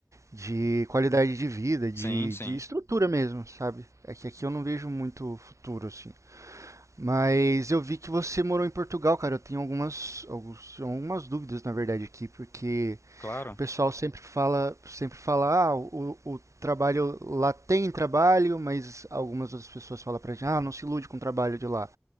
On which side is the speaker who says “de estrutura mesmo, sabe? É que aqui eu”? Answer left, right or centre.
Right